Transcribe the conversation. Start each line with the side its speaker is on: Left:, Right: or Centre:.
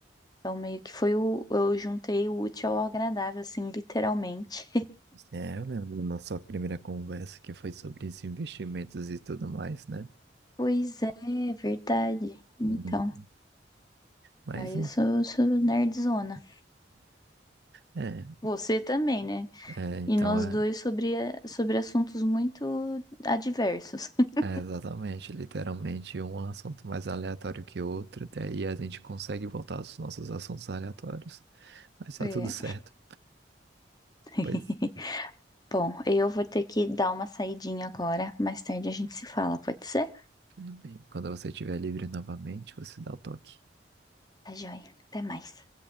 Left: Então, meio que foi o. Eu juntei o útil ao agradável, assim, literalmente.
Right: É, eu lembro da nossa primeira conversa que foi sobre os investimentos e tudo mais, né?
Left: Pois é, verdade. Então,
Right: Uhum. Mas,
Left: aí
Right: em-
Left: eu sou, sou nerdzona.
Right: é,
Left: Você também, né?
Right: é, então
Left: E nós
Right: é,
Left: dois sobre, sobre assuntos muito adversos. <laughs>
Right: é exatamente, literalmente um assunto mais aleatório que outro, daí a gente consegue voltar aos nossos assuntos aleatórios, mas tá
Left: É.
Right: tudo certo.
Left: <laughs>
Right: Pois
Left: Bom, eu vou ter que dar uma saidinha agora. Mais tarde a gente se fala, pode ser?
Right: Tudo bem. Quando você estiver livre novamente, você dá o toque.
Left: Tá joia. Até mais.